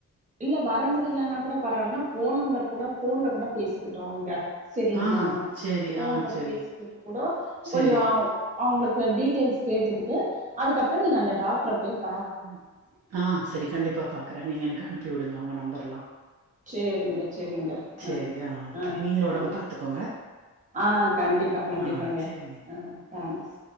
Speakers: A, on the right; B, on the right.
A: இல்ல வர முடிலன்னா கூட பரவால் ன்னா போன் நம்பர் கூட போன்ல கூட பேசிக்கிட்டோம் அவுங்க செரிங்களா
B: ஆ சேரி
A: ஃபோன்ல
B: ஆ சேரி
A: பேசிக்கிட்டு குடோ
B: சேரி
A: கொஞ்சோ அவ் அவங்ளுக்கு டீட்டெய்ல்ஸ் கேட்டுக்குட்டு அதுக்கப்புறம் நீங்க அந்த டாக்டர போய்ப்
B: ம் ஹா செரி கண்டிப்பா பாக்றேன் நீங்க எனக்கு அனுப் ப்பி உடுங்க அவுங்க நம்பர்ரெல்லாம்
A: சேரிங்க சேரிங்க
B: சேரி
A: ஆ
B: ஓகே
A: ஆ
B: நீங்களு ஒடம்ப
A: ஆ
B: பாத்துக்கோங்க
A: ஹான் கண்டிப்பா கண்டிப்பாங்க
B: ஆ சேரிங்க
A: ஆ தாங்க்ஸ்